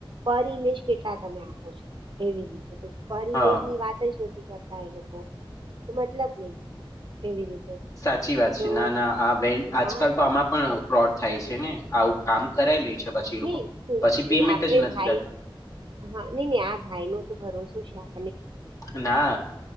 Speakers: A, on the right (about 55°); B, on the left (about 40°).
A: પર ઈમેજ કેટલા તમે આપો છો એવી રીતે પરિમેજ
B: હા
A: ની વાત જ નથી કરતા એ લોકો તો મતલબ નહી એવી રીતે
B: સાચી વાત
A: તો
B: છે ના ના આ વ આજકાલ
A: હા
B: તો આમાં પણ ફ્રોડ થાય છે ને આવું કામ કરાય લે છે પછી એ લોકો
A: નહી
B: પછી પેમેન્ટ
A: એ આપડે
B: જ નથી
A: ભાઈ
B: કરતા
A: હા નઈ નઈ આ ભાઈ નો તો ભરોસો છે આપ
B: ના